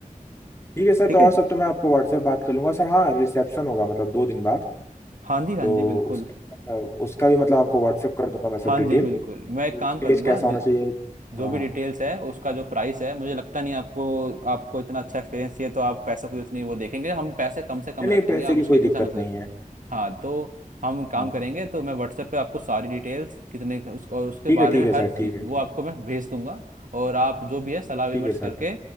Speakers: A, on the left; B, on the right.
A: ठीक है सर
B: ठीक
A: तो और
B: है
A: सब तो मैं आपको व्हाट्सएप बात कर लूंगा सर हाँ रिसेप्शन होगा मतलब दो दिन बाद
B: हाँ जी हाँ
A: तो
B: जी बिल्कुल
A: उसका मतलब उसका भी मतलब आपको व्हाट्सएप कर दूंगा मैं सब
B: हाँ
A: डिटेल
B: जी बिल्कुल मैं एक काम
A: स्टेज
B: करूंगा
A: कैसा
B: जो
A: होना चाहिए
B: जो
A: हाँ
B: भी डिटेल्स है उसका जो प्राइस है मुझे लगता नहीं आपको आपको इतना अच्छा एक्सपीरियंस चाहिए तो आप पैसों की उतनी वो देखेंगे हम पैसे कम से कम
A: नहीं नहीं
B: रखेंगे
A: पैसे
B: आप
A: की
B: उसके
A: कोई
B: चिंता
A: दिक्कत
B: मतलब
A: नहीं है
B: हाँ तो हम काम
A: हाँ
B: करेंगे तो मैं व्हाट्सएप पे आपको सारी डिटेल्स कितने का- उस, और उसके
A: ठीक है
B: बारे
A: ठीक
B: में
A: है
B: हर
A: सर ठीक
B: चीज़
A: है
B: वो
A: ठीक
B: आपको
A: है
B: मैं भेज दूंगा और आप जो भी है सलाह विमर्श
A: ठीक है सर
B: करके